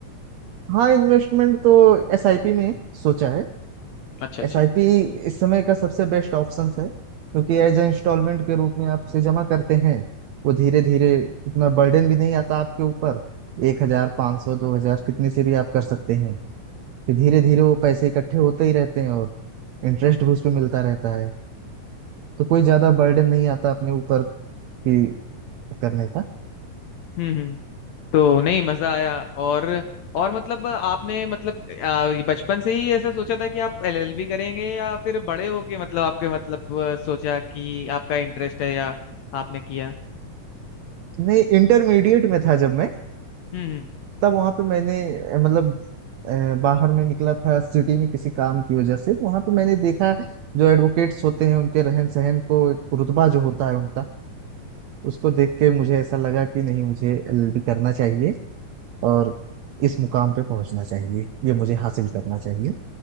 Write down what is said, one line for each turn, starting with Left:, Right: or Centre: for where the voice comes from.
Right: हाँ इन्वेस्टमेंट तो एसआईपी में सोचा है
Left: अच्छा अच्छा
Right: एसआईपी इस समय का सबसे बेस्ट ऑप्शन है क्योंकि एज ए इंस्टॉलमेंट के रूप में आप से जमा करते हैं वो धीरे धीरे इतना बर्डन भी नहीं आता आपके ऊपर एक हजार पाँच सौ दो हजार कितने से भी आप कर सकते हैं फिर धीरे धीरे वो पैसे इकट्ठे होते ही रहते हैं और इंटरेस्ट भी उस पर मिलता रहता है तो कोई ज्यादा बर्डन नहीं आता अपने ऊपर कि करने का
Left: हम्म हम्म। तो नहीं मजा आया और और मतलब आपने मतलब आ, बचपन से ही ऐसा सोचा था कि आप एलएलबी करेंगे या फिर बड़े होके मतलब आपके मतलब आ, सोचा कि आपका इंटरेस्ट है या आपने किया
Right: नहीं इंटरमीडिएट में था जब मैं
Left: हम्म हम्म।
Right: तब वहां पे मैंने अ, मतलब अ, बाहर में निकला था सिटी में किसी काम की वजह से वहां पे मैंने देखा जो एडवोकेट्स होते हैं उनके रहन सहन को एक रुतबा जो होता है उनका उसको देख के मुझे ऐसा लगा कि नहीं मुझे एलएलबी करना चाहिए और इस मुकाम पे पहुंचना चाहिए ये मुझे हासिल करना चाहिए